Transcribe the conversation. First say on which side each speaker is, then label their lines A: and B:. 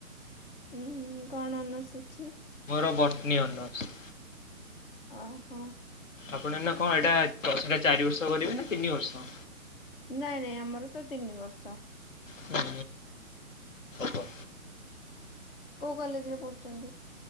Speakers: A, on the left; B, on the left.
A: ଉଁ କଣ ଅନର୍ସ ଅଛି?
B: ମୋର ବଟନୀ ଅନର୍ସ
A: ଓହୋ।
B: ଆପଣ ଏଗନା କଁ ଏଇଟା ପ୍ଲସ ଥ୍ରିଟା ଚାରି ବର୍ଷ କରିବେ ନା ତିନି ବର୍ଷ?
A: ନାଇଁ ନାଇଁ ଆମର ତ ତିନି ବର୍ଷ।
B: ହୁଁ ସତ।
A: କୋଉ କଲେଜରେ ପଢୁଚନ୍ତି?